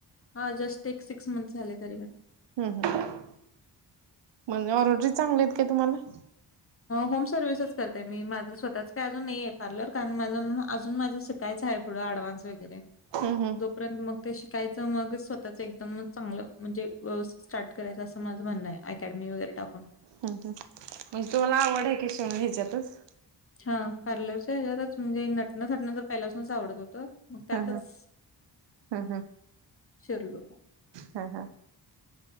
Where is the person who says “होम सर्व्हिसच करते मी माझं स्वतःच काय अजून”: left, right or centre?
Left